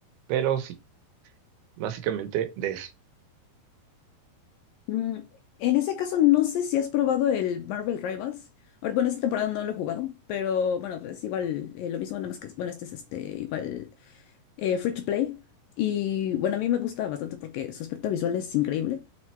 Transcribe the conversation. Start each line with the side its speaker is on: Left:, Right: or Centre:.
Right: Pero sí, básicamente de eso.
Left: Mm, en ese caso, no sé si has probado el Marvel Rivals. Ahor- Bueno, esta temporada no lo he jugado, pero bueno, es igual, eh, lo mismo, nada más que, bueno, este es este, igual, eh, free to play. Y bueno, a mí me gusta bastante porque su aspecto visual es increíble.